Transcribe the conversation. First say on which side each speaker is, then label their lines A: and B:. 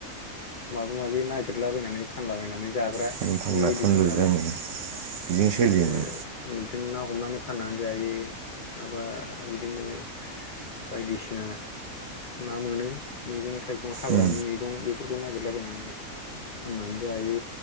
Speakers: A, on the left; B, on the right.
A: माबा माबि नागिरलाबायनानै फानलाबायनानै जाग्रा
B: फानलु फानला
A: बेबायदिसोमोन
B: फानलुजों
A: नालाय
B: बिजों
A: ओंखायनो
B: सोलियोमोन
A: नैथोन ना हमनानै फाननानै जायो माबा बिदिनो बायदिसिना मा मोनो मैगं थाइगं हाग्रानि
B: उम
A: मै गं बेफोरखौ नागिरलाबायनानै फाननानै जायो